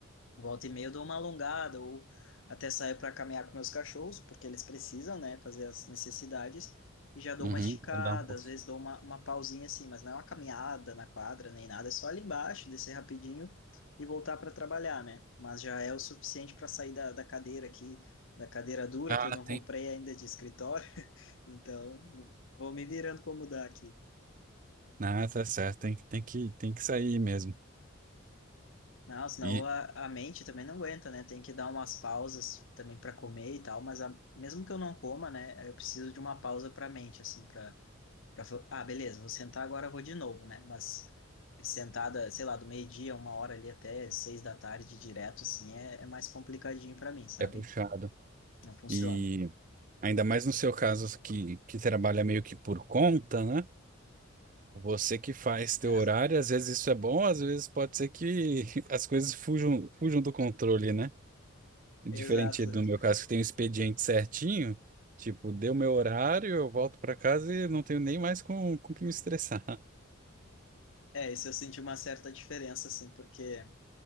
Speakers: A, on the left; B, on the right.
A: Volta e meia eu dou uma alongada ou até saio para caminhar com meus cachorros, porque eles precisam, né, fazer as necessidades. E já dou
B: uhum,
A: uma esticada,
B: dá um pouco.
A: às vezes dou uma, uma pausinha assim, mas não é uma caminhada na quadra nem nada, é só ali embaixo, descer rapidinho e voltar para trabalhar, né? Mas já é o suficiente para sair da, da cadeira aqui, da cadeira dura
B: Ah,
A: que eu não comprei
B: tem.
A: ainda de escritório. <laughs> Então, vou me virando como dá aqui.
B: Ah, tá certo. Tem, que- tem que, tem que sair mesmo.
A: Não, senão
B: E
A: a, a mente também não aguenta, né? Tem que dar umas pausas também para comer e tal, mas a- mesmo que eu não coma, né? Eu preciso de uma pausa para a mente, assim, para ah, beleza, vou sentar agora, eu vou de novo, né? Mas sentada, sei lá, do meio-dia, uma hora ali até seis da tarde direto, assim, é, é mais complicadinho para mim, sabe?
B: é puxado.
A: Não funciona.
B: E ainda mais no seu caso que, que trabalha meio que por conta, né? Você que faz teu
A: É,
B: horário, às vezes isso é bom, às vezes pode ser que <laughs> as coisas fujam, fujam do controle, né? Diferente
A: exato.
B: do meu caso, que tem um expediente certinho, tipo, deu meu horário, eu volto para casa e não tenho nem mais com, com que me estressar.
A: É, isso eu senti uma certa diferença, assim, porque